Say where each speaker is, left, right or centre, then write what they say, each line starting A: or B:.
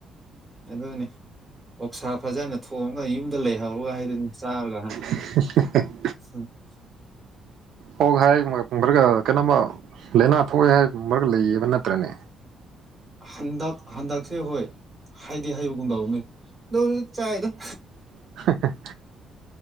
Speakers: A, on the right (about 15°); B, on the right (about 70°).
A: ꯑꯗꯨꯗꯅꯦ ꯑꯣꯛꯁꯥ ꯐꯖꯅ ꯊꯣꯡꯑꯉꯒ ꯌꯨꯝꯗ ꯂꯩꯍꯧꯔꯒ ꯍꯥꯏꯗꯅ ꯆꯥꯔꯒ
B: <unintelligible>
A: <unintelligible>
B: ꯑꯣ ꯍꯥꯏ ꯈꯔꯒ ꯀꯩꯅꯣꯃ ꯂꯥꯏꯅꯥ ꯊꯣꯛꯑꯦ ꯍꯥꯏ ꯈꯔꯒ ꯂꯩꯌꯦꯕ ꯅꯠꯇ꯭ꯔꯅꯦ
A: ꯍꯟꯗ ꯍꯟꯗꯛꯁꯦ ꯍꯣꯏ ꯍꯥꯏꯗꯤ ꯍꯥꯏꯕ ꯈꯣꯡꯗꯥꯥꯎꯅꯦ ꯆꯥꯏꯗ
B: <unintelligible>